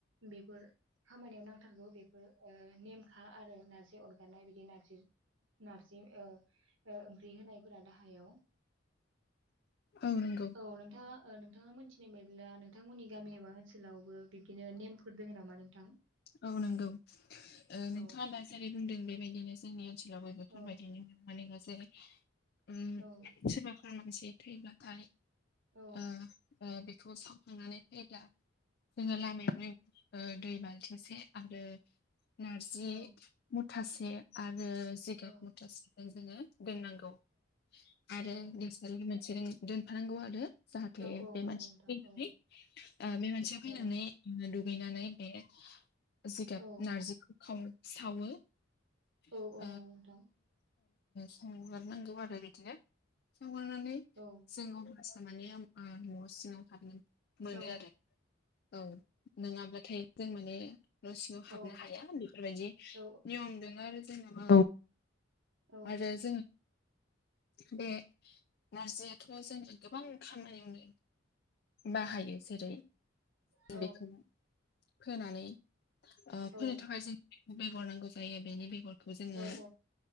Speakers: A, on the right; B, on the left.
A: बेफोर खामानियाव नांथारगौ। बेफोर नेमखा आरो नारजि अर गारनाय बिदि नारजि नारजि ओ ओ ओंख्रि होनायफोरा दाहायाव।
B: औ नंगौ
A: औ नोंथाङा ओ नोंथाङा मोनथिनाय बायदिब्ला नोंथांमोननि गामि एबा ओनसोलावबो बिब्दिनो नेमफोर दोङो नामा नोंथां?
B: औ नंगौ। ओ
A: औ
B: नोंथाङा दा जेरै बुंदों बेबायदिनो जोंनि ओनसो लावबो बेफोरबायदिनो
A: औ
B: माने दा जेरै सोरबाफोर
A: औ
B: मानसि थैब्ला नाथाय
A: औ
B: ओ बेखौ सावखांनानै फैब्ला जोङो लामायावनो ओ दै बाल्थिंसे आरो नारजि
A: औ
B: मु थासे आरो जिगाब
A: औ
B: मुथासेजों जोङो दोननांगौ आरो
A: औ
B: गोसारि मोनसे दोनफानांगौ आरो। जाहाथे
A: औ औ
B: बे
A: नंगौ
B: मानसिया
A: नोंथां
B: फैनानै
A: औ
B: ओ बे मानसिया
A: औ
B: फैनानै दुगैनानै बे जिगाब
A: औ
B: नारजिखौ खाव सावो <unintelligible>
A: औ नंगौ नोंथां
B: संगारनांगौ आरो बिदिनो संगारनानै
A: औ
B: जोङो सावनानो ओम ओ न' सिङाव हाबनां मोनो
A: औ
B: आरो। औ नोङाब्लाथाय जों माने न' सिङाव हाबनो
A: औ
B: हाया बेफोरबायदि
A: औ
B: नियम दों आरो जेनेबा।
A: औ
B: आरो जों बे नारजियाथ' जोङो गोबां खामानियावनो बाहायो। जेरै
A: औ
B: बेखौ फोनानै ओ
A: औ
B: फोनो थाखाय जों बेखौ बेगर नांगौ जायो। बेनि बेगरखौ जोङो
A: औ